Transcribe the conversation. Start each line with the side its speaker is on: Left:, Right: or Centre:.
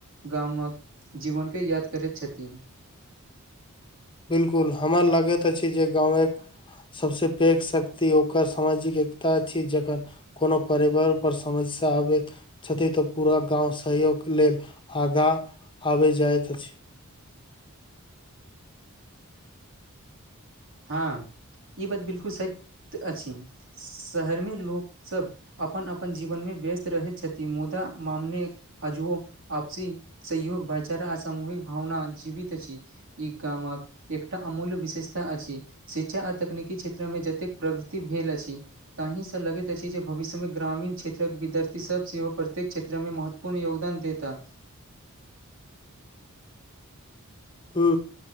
Right: गामक जीवन के याद करैत छथिन
Left: बिलकुल हमरा लागैत अछि जे गामक सबस पैघ शक्ति ओकर सामाजिक एकता अछै जखन कोनो परिवार पर समस्या आबैत छथी त पूरा गाँंव सहयोगके लेल आंगा आबी जाइत अछी
Right: हँ ई बात बिलकुल सैत अछी शहरमे लोकसभ अपन अपन जीवनमे व्यस्त रहैत छथी मुदा मामने अजबो आपसी सहयोग भाईचारा आ सामूहिक भावना जीवित अछी ई गामक एकटा अमूल्य विशेषता अछी शिक्षा आ तकनीकी क्षेत्र मे जतेक प्रगति भेल अछी ताहीसँ लगैत अछि जे भविष्यमे ग्रामीण क्षेत्रक विदारथी सभ सेहो प्रत्येक क्षेत्रमे महत्व पुन्य योगदान देता
Left: हू